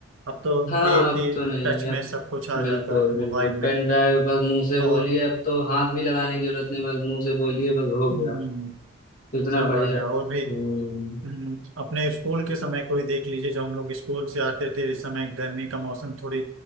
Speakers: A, on the right; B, on the left.
A: अब तो
B: हाँ
A: एक
B: अब
A: ही
B: तो नहीं
A: टच में
B: अब
A: सब कुछ आ
B: बिल्कुल
A: जाता है
B: बिल्कुल
A: मोबाइल में
B: पेन ड्राइव बस मुंह से
A: और
B: बोलिए अब तो हाथ भी लगाने की जरूरत नहीं बस मुंह से बोलिए बस हो
A: हम्म,
B: गया इतना
A: सब
B: बढ़िया
A: आ गया और भी
B: हम्म
A: हम्म, अपने स्कूल के समय को ही देख लीजिए जब हम लोग स्कूल से आते थे इस समय गर्मी का मौसम थोड़ी